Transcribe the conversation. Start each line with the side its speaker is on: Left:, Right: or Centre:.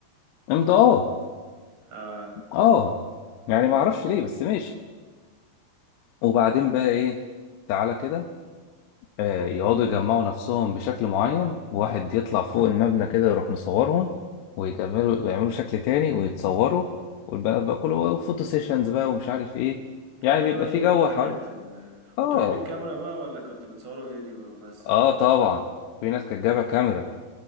Left: امضاءات
Right: اه
Left: اه يعني ما اعرفش ليه بس ماشي وبعدين بقى ايه تعالى كده آه يقعدوا يجمعوا نفسهم بشكل معين واحد يطلع فوق المبنى كده يروح مصورهم ويكملوا يعملوا شكل تاني ويتصوروا والبنات بقى كله فوتو سيشنز بقى ومش عارف ايه يعني
Right: ايوه
Left: بيبقى
Right: ايوه
Left: في جو
Right: الحاجات
Left: حوالي
Right: ال... كنتوا
Left: اه
Right: جايبين كاميرا بقى ولا كنتوا بتصوروا فيديو بس
Left: اه
Right: ولا
Left: طبعا في ناس كانت جايبه كاميرا